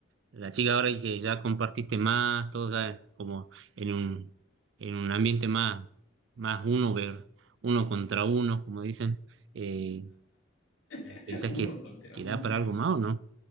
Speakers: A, on the right; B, on the left.
A: la chica ahora que ya compartiste más, todo ya como en un, en un ambiente más, más uno, ver, uno contra uno, como dicen, eh,
B: <laughs>
A: ¿pensás
B: Uno
A: que,
B: contra
A: que
B: junto.
A: da para algo más o no?